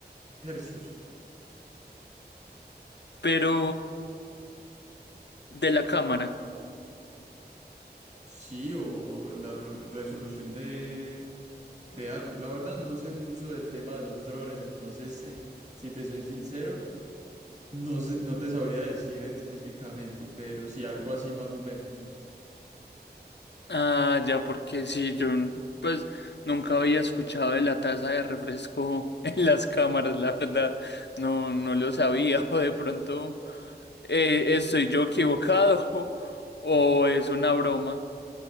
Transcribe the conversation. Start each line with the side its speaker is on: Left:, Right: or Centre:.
Right: hercios.
Left: Pero... De la cámara.
Right: Sí, o la re- resolución de, de algo. La verdad, no sé mucho del tema de los drones, entonces, <laughs> si te soy sincero, no sé, no te sabría decir específicamente, pero sí algo así más o menos.
Left: Ah, ya, porque sí, yo n- pues nunca había escuchado de la taza de refresco <laughs> en las cámaras, la verdad. No, no lo sabía. <laughs> O de pronto eh, estoy yo equivocado <laughs> o es una broma.